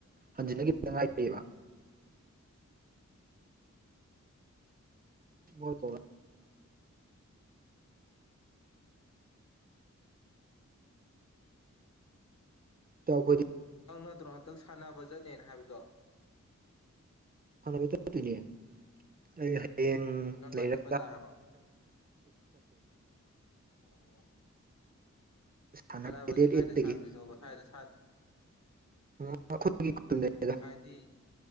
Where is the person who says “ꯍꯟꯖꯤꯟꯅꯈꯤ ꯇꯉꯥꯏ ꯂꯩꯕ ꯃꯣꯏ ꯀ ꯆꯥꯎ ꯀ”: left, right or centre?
Right